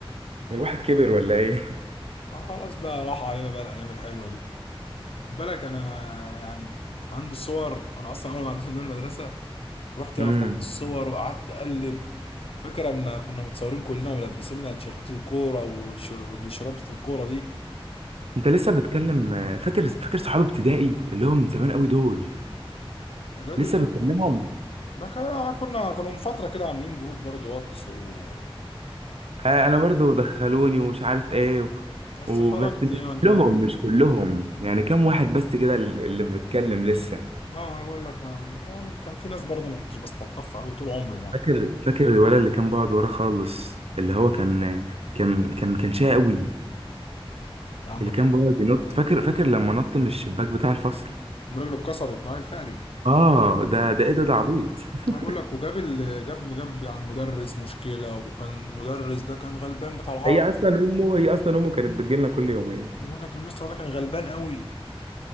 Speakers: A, on the right; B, on the left.
A: الواحد كبر ولا ايه
B: ما خلاص بقى راح علينا بقى الايام الحلوه دي بالك انا يعني عندي صور انا اصلا اول ما عديت من المدرسه رحت
A: امم
B: بقى فتحت الصور وقعدت اقلب فاكر لما كنا متصورين كلنا ولابسين لنا تيشيرتات الكوره والش- والشرابة الكوره دي
A: انت لسه بتكلم فاكر فاكر صحاب ابتدائي اللي هو من زمان قوي دول
B: الواد
A: لسه
B: اللي هو
A: بتكلمهم
B: بقى كنا كانوا من فتره كده عاملين جروب برضه واتس و...
A: آه، انا برضو دخلوني ومش عارف ايه و-
B: بس
A: وبس
B: خرجت يعني
A: مش كلهم
B: ما...
A: مش كلهم يعني كام واحد بس كده ال- اللي بيتكلم لسه
B: اه انا بقول لك ما... يعني كان في ناس برضه ما كنتش بستلطفها قوي طول عمري يعني
A: فاكر فاكر الولد اللي كان بيقعد ورا خالص اللي هو كان كان كان كان شقي قوي
B: يا عم
A: اللي
B: اتفضل
A: كان بيقعد ينط فاكر فاكر لما نط من الشباك بتاع الفصل
B: أم رجله اتكسرت نهار الفقري
A: اه ده ده ايه ده ده عبيط <laughs>
B: انا بقول لك وجاب ال... جاب جاب يعني المدرس مشكله وكان المدرس ده كان غلبان بتاع العرب
A: هي اصلا
B: ده.
A: امه هي اصلا امه كانت بتجيلنا كل يومين
B: بقول لك المستر ده كان غلبان قوي